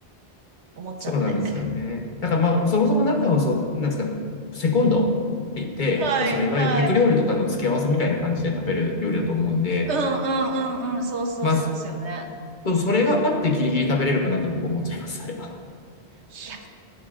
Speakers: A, on the right (about 75°); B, on the left (about 45°).
A: 思っちゃって。
B: そうなんですよね。
A: <laughs>
B: だからまあ、そもそもなんかもそう、なんですか、セコンドって言って、
A: はい、
B: まあ、そのいわゆる肉料理とかの付け合わせみたいな感じで食べる料理だと思うんで、
A: はい。うんうんうんうん、そうそうそうですよね。
B: まあ、そそれがあってギリギリ食べれるかなって僕思っちゃいます。あれは。
A: いや